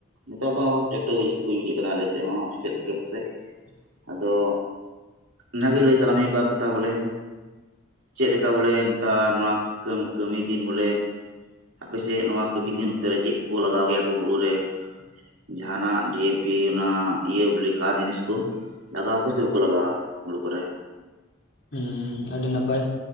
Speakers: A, on the right; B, on the left.
A: ᱱᱮᱛᱟᱨ ᱫᱚ ᱴᱨᱮᱠᱴᱚᱨ ᱜᱮ ᱡᱟᱥᱛᱤ ᱠᱚ ᱤᱭᱩᱡᱮ ᱠᱟᱱᱟ ᱟᱞᱮ ᱥᱮᱜ ᱦᱚᱸ ᱟᱯᱮᱥᱮᱜ ᱜᱮ ᱯᱟᱥᱮᱜ᱾ ᱟᱫᱚ ᱚᱱᱟᱜᱮ ᱞᱟᱹᱭ ᱛᱟᱞᱟᱝ ᱢᱮ ᱢᱤᱜ ᱵᱟᱨ ᱠᱟᱛᱷᱟ ᱵᱚᱞᱮ᱾ ᱪᱮᱜ ᱞᱮᱠᱟ ᱵᱚᱞᱮ ᱱᱮᱛᱟᱨ ᱱᱚᱣᱟ ᱠᱟᱹ ᱠᱟᱹᱢᱤ ᱫᱤᱱ ᱵᱚᱞᱮ ᱟᱯᱮᱥᱮᱫ ᱱᱚᱣᱟ ᱠᱟᱢᱤ ᱫᱤᱱ ᱛᱚᱨᱮ ᱪᱮᱫ ᱠᱚ ᱞᱟᱜᱟᱣ ᱜᱮᱭᱟ ᱠᱚ ᱦᱳᱲᱳ ᱨᱮ? ᱡᱟᱦᱱᱟᱜ ᱰᱤᱭᱮᱯᱤ ᱚᱱᱟ ᱤᱭᱟᱹ ᱵᱚᱞᱮ ᱠᱷᱟᱫ ᱡᱤᱱᱤᱥ ᱠᱚ? ᱞᱟᱜᱟᱣᱟᱠᱩ ᱥᱮ ᱵᱟᱠᱩ ᱞᱟᱜᱟᱣᱟ ᱦᱳᱲᱳ ᱠᱚᱨᱮ?
B: ᱦᱩᱸ ᱟᱰᱤ ᱱᱟᱯᱟᱭ,